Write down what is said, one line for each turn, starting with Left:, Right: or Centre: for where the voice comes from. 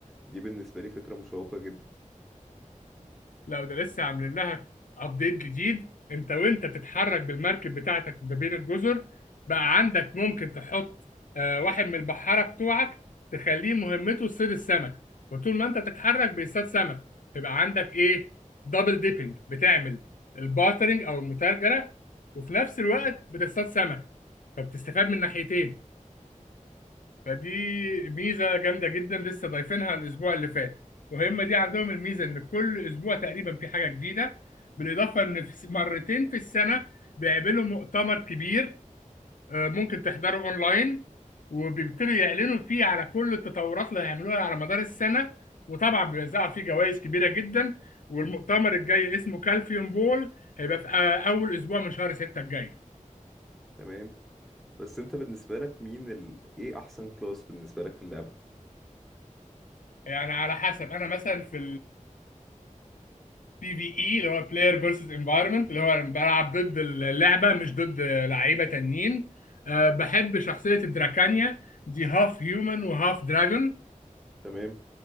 Centre: دي بالنسبة لي فكرة مشوقة جدا
Left: لو ده لسه عاملين لها ابديت جديد انت وانت بتتحرك بالمركب بتاعتك ما بين الجزر بقى عندك ممكن تحط آه، واحد من البحارة بتوعك تخليه مهمته صيد السمك وطول ما انت بتتحرك بيصطاد سمك يبقى عندك ايه دبل ديبنج بتعمل البارترنج او المتاجرة وفي نفس الوقت بتصطاد سمك فبتستفاد من ناحيتين فدي ميزه جامده جدا لسه ضايفينها الاسبوع اللي فات وهم دي عندهم الميزه ان كل اسبوع تقريبا في حاجه جديده بالاضافه ان في مرتين في السنه بيعملوا مؤتمر كبير آه، ممكن تحضره اونلاين وبيبتدوا يعلنوا فيه على كل التطورات اللي هيعملوها على مدار السنه وطبعا بيوزعوا فيه جوائز كبيره جدا والمؤتمر الجاي اسمه كالفيوم بول هيبقى في آه، اول اسبوع من شهر 6 الجاي
Centre: تمام بس انت بالنسبة لك مين ال... ايه احسن كلاس بالنسبة لك في اللعبة
Left: يعني على حسب انا مثلا في بي في اي اللي هو بلاير فيرسز انفايرمنت اللي هو بلعب ضد اللعبه مش ضد لعيبه تانيين أه بحب شخصيه الدراكانيا دي هاف هيومن وهاف دراجون
Centre: تمام